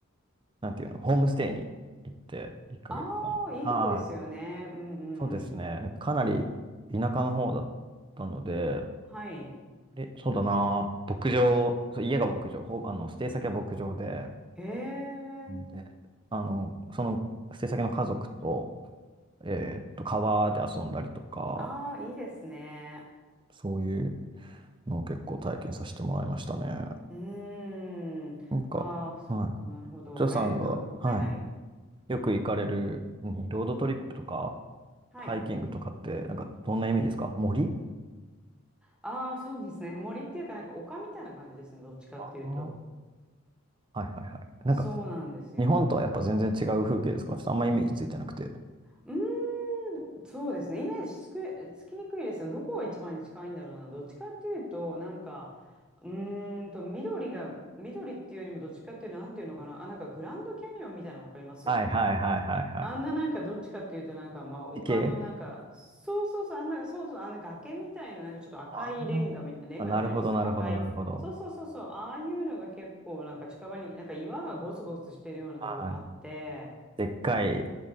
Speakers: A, on the right (about 25°); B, in the centre.
A: なんていうの、ホームステイに行って、1ヶ月間。
B: ああ、いいとこですよね。
A: はい。
B: うん
A: そうですね。
B: うん。
A: かなり田舎の方だったので、
B: はい。
A: え、そうだな。牧場、そう家が牧場、ほぼ、あの、ステイ先は牧場で、
B: へえ、
A: うんで、あの、その制作の家族と、えーっと、川で遊んだりとか、
B: ああ、いいですね。
A: そういうのを結構体験させてもらいましたね。
B: うーん。
A: なんか、
B: ああ、そっか、
A: はい。
B: なるほど。
A: お嬢さんが、
B: えーっと、はいはい。
A: はい。よく行かれる、うんロードトリップとか、
B: はい。
A: ハイキングとかって、なんか、どんなイメージですか森
B: ああ、そうですね。森っていうか、なんか丘みたいな感じですね。どっちかっていうと。
A: ああーはいはいはい。なんか、
B: そうなんですよ。
A: 日本とはやっぱ全然違う風景ですかちょっとあんまイメージついてなくて。
B: うーん、そうですね。イメージつく、つきにくいですよ。どこが一番近いんだろうな。どっちかっていうと、なんか、うーんと、緑が、緑っていうよりもどっちかっていうと、なんていうのかな。あ、なんかグランドキャニオンみたいなのわかります
A: はいはいはいはいは
B: あんななんかどっちかっていうとなんかまあ丘のなんかそうそうそうあんなそうそうあんな崖みたいななんかちょっと赤いレンガみレンガじゃないですけど赤いそうそうそうそうああいうのが結構なんか近場になんか岩がゴツゴツしてるようなところがあって
A: い。地形あー。あ、なるほどなるほどなるほど。はい。でっかい、